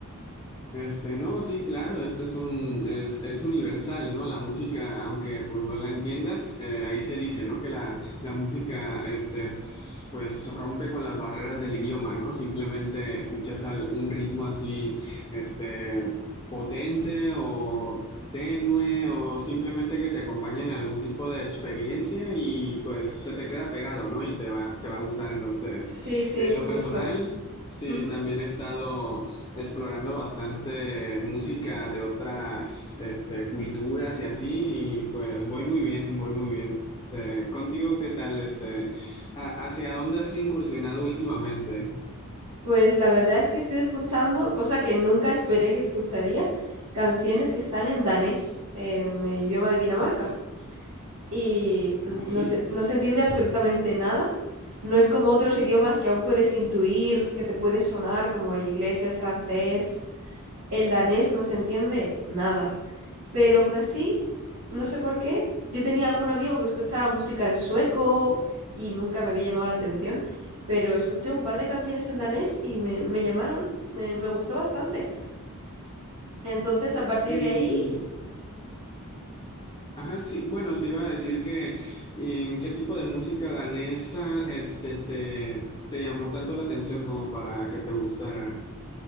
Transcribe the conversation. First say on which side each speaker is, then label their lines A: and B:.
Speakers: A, on the left (about 20°); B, on the right (about 75°).
A: Este, no, sí, claro, esto es un, es, es universal, ¿no? La música, aunque pues no la entiendas, eh, ahí se dice, ¿no? Que la, la música, este, es, pues rompe con las barreras del idioma, ¿no? Simplemente escuchas al- un ritmo así, este, potente o tenue o simplemente que te acompañe en algún tipo de experiencia y pues se te queda pegado, ¿no? Y te va, te va a gustar. Entonces,
B: Sí, sí,
A: en lo
B: justo.
A: personal... Sí,
B: Ujú.
A: también he estado explorando bastante música de otras este, culturas y así, y pues voy muy bien, voy muy bien. Este, contigo, ¿qué tal? Este, ¿ha- ¿hacia dónde has incursionado últimamente?
B: Pues la verdad es que estoy escuchando, cosa que nunca esperé que escucharía, canciones que están en danés, en el idioma de Dinamarca. Y n-
A: Ah,
B: no
A: sí.
B: se, no se entiende absolutamente nada. No es como otros idiomas que aún puedes intuir, que te puede sonar, como el inglés, el francés. El danés no se entiende nada. pero aún así, no sé por qué, yo tenía algún amigo que escuchaba música en sueco y nunca me había llamado la atención, pero escuché un par de canciones en danés y me, me llamaron, me, me gustó bastante. Entonces, a partir
A: Y,
B: de ahí,
A: ajá, sí, bueno, te iba a decir que, ¿y ¿qué tipo de música danesa este, te, te llamó tanto la atención como para que te gustara?